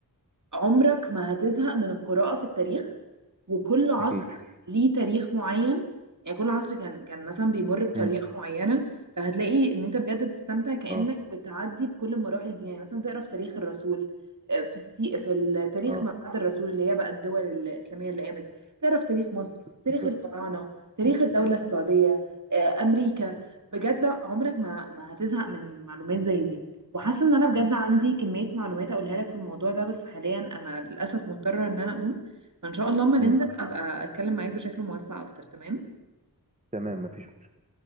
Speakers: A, on the right (about 50°); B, on the right (about 20°).
A: عمرك ما هتزهق من القراءة في التاريخ وكل عصر
B: اكيد
A: ليه تاريخ معين يعني كل عصر كان كان مثلا بيمر بطريقة
B: امم
A: معينة فهتلاقي ان انت بجد بتستمتع كأنك
B: اه
A: بتعدي بكل المراحل دي يعني مثلا تقرا في تاريخ الرسول آه، في السي... في التاريخ
B: اه
A: ما بعد الرسول اللي هي بقى الدول الإسلامية اللي قامت تقرا في تاريخ مصر تاريخ
B: بالظبط
A: الفراعنة تاريخ
B: امم
A: الدولة السعودية آه، أمريكا
B: امم
A: بجد عمرك ما ما هتزهق من معلومات زي دي وحاسه ان انا بجد
B: امم
A: عندي كميه معلومات اقولها لك في الموضوع ده بس حاليا انا للاسف مضطره ان انا اقوم فان شاء الله اما ننزل
B: امم
A: ابقى اتكلم معاك بشكل موسع اكتر تمام
B: تمام مفيش مشكله